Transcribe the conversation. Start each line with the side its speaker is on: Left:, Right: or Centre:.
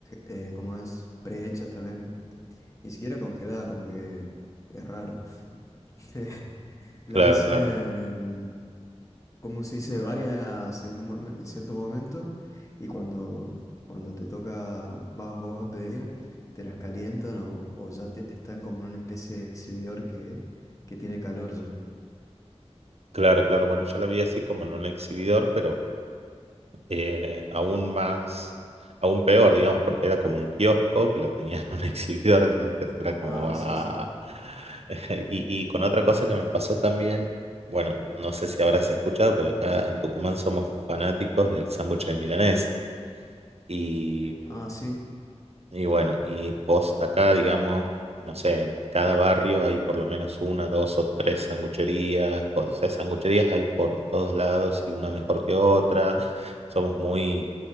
Left: eh, ¿cómo es? Prehechas también, ni siquiera congeladas, como que es raro. <laughs> Las
Right: Claro, claro.
Left: hacen en, Cómo se dice, varias en, un, mom- en cierto momento y cuando, cuando te toca, vas vos a pedir, te las calientan o, o ya te- están como en una especie de exhibidor que, que tiene calor ya.
Right: Claro, claro. Bueno, yo la vi así como en un exhibidor, pero eh, aún más, aún peor, digamos, porque era como un kiosco que lo tenía en un <laughs> exhibidor, entonces era como...
Left: Ah,
Right: ah,
Left: sí, sí.
Right: <laughs> Y, y con otra cosa que me pasó también, bueno, no sé si habrás escuchado, pero acá en Tucumán somos fanáticos del sándwich de milanesa. Y
Left: Ah, sí.
Right: y bueno, y vos acá, digamos, no sé, en cada barrio hay por lo menos una, dos o tres sangucherías. co- O sea, sangucherías hay por todos lados y una mejor que otra. Somos muy